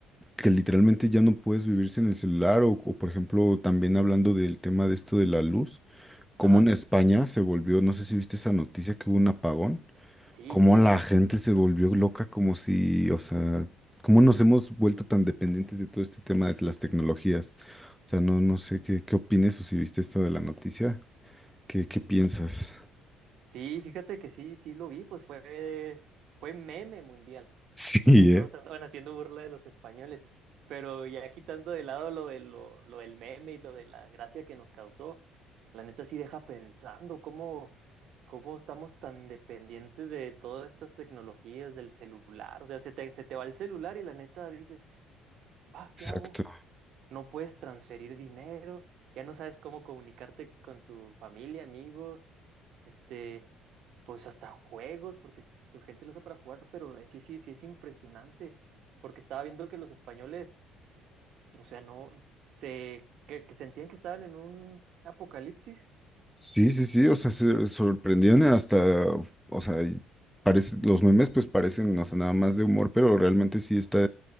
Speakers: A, in the centre; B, on the right.
A: que literalmente ya no puedes vivir sin el celular o, o, por ejemplo, también hablando del tema de esto de la luz. como
B: Ajá.
A: en España se volvió, no sé si viste esa noticia que hubo un apagón,
B: Sí,
A: como
B: sí.
A: la gente se volvió loca, como si, o sea, cómo nos hemos vuelto tan dependientes de todo este tema de las tecnologías. O sea, no, no sé qué, qué opines o si viste esto de la noticia, qué, qué piensas. <laughs>
B: Sí, fíjate que sí, sí lo vi, pues fue, fue meme mundial,
A: Sí,
B: porque todos
A: ¿eh?
B: andaban haciendo burla de los españoles, pero ya quitando de lado lo, de, lo, lo del meme y lo de la gracia que nos causó, la neta sí deja pensando cómo, cómo estamos tan dependientes de todas estas tecnologías, del celular, o sea, se te, se te va el celular y la neta dices, va, ¿qué
A: Exacto.
B: hago? no puedes transferir dinero, ya no sabes cómo comunicarte con tu familia, amigos, este, pues hasta juegos, porque tu gente lo usa para jugar, pero eh, sí, sí, sí es impresionante, porque estaba viendo que los españoles, o sea, no, se, que, que sentían que estaban en un apocalipsis
A: Sí, sí, sí, o sea, se sorprendieron hasta, o sea, y parece, los memes pues parecen, o sea, nada más de humor, pero realmente sí está